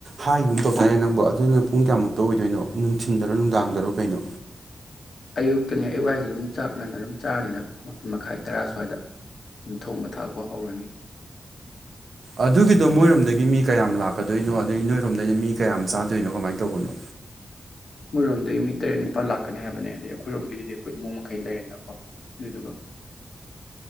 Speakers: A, on the right (about 55°); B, on the left (about 55°).
A: ꯍꯥꯏꯈꯤꯒꯨꯝ ꯇꯧꯗꯥꯢꯅꯦ ꯅꯪꯕꯣ ꯑꯗꯨꯗꯨꯅ ꯄꯨꯡ ꯀꯌꯥꯃꯨꯛꯇ ꯑꯣꯏꯗꯣꯏꯅꯣ ꯅꯨꯡꯊꯤꯟꯗꯔꯣ ꯅꯨꯡꯗꯥꯡꯗꯔꯣ ꯀꯩꯅꯣ
B: ꯑꯌꯨꯛꯇꯅꯦ ꯑꯌꯨꯛ ꯍꯥꯏꯁꯦ ꯑꯗꯨꯝ ꯆꯥꯛ ꯉꯥꯟꯅ ꯑꯗꯨꯝ ꯆꯥꯔꯅꯤꯗ ꯃꯥꯄꯟ ꯃꯈꯥꯏ ꯇꯔꯥ ꯁ꯭ꯋꯥꯏꯗ ꯊꯣꯡꯕ ꯊꯥꯛꯄ ꯍꯧꯔꯅꯤ
A: ꯑꯗꯨꯒꯤꯗꯣ ꯃꯣꯏꯔꯣꯝꯗꯒꯤ ꯃꯤ ꯀꯌꯥꯝ ꯂꯥꯛꯀꯗꯣꯏꯅꯣ ꯑꯗꯩ ꯅꯣꯏꯔꯣꯝꯗꯅ ꯃꯤ ꯀꯌꯥꯝ ꯆꯥꯗꯣꯏꯅꯣ ꯀꯃꯥꯏꯅ ꯇꯧꯕꯅꯣ
B: ꯃꯣꯏꯔꯣꯝꯗꯒꯤ ꯃꯤ ꯇꯔꯦꯠ ꯅꯤꯄꯥꯜ ꯂꯥꯛꯀꯅꯤ ꯍꯥꯏꯕꯅꯦ ꯑꯗꯩ ꯑꯩꯈꯣꯏꯔꯣꯝꯒꯤꯗꯤ ꯑꯩꯈꯣꯏ ꯏꯃꯨꯡ ꯃꯈꯩ ꯂꯩꯔꯦꯗꯅꯥ ꯑꯗꯨꯏꯗꯨꯒꯥ